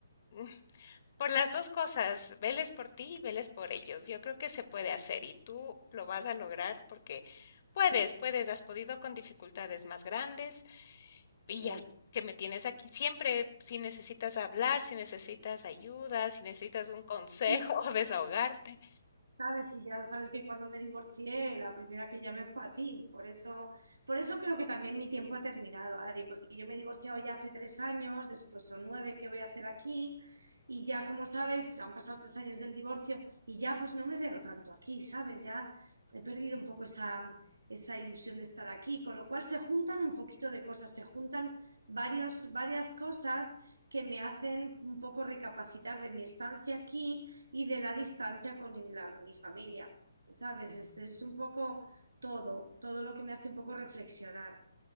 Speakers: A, on the left; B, on the right.
A: <laughs> Por las 2 cosas, veles por ti y veles por ellos. Yo creo que se puede hacer y tú lo vas a lograr porque puedes, puedes, has podido con dificultades más grandes y
B: Sí,
A: ya sabes que me tienes aquí siempre, si necesitas hablar, si necesitas ayuda, si necesitas un consejo,
B: ya.
A: <laughs> o desahogarte.
B: Sabes, y ya sabes que cuando me divorcié, la primera que llamé fue a ti. Por eso, por eso creo que también mi tiempo ha terminado, Adri, porque yo me he divorciado ya hace tres años, después son nueve que voy a hacer aquí, y ya, como sabes, han pasado tres años del divorcio y ya pues no me veo tanto aquí, ¿sabes? Ya he perdido un poco esa, esa ilusión de estar aquí, con lo cual se juntan un poquito de cosas, se juntan varios, varias cosas que me hacen un poco recapacitar de mi estancia aquí y de la distancia con la- mi familia, ¿sabes? Es, es un poco todo, todo lo que me hace un poco reflexionar.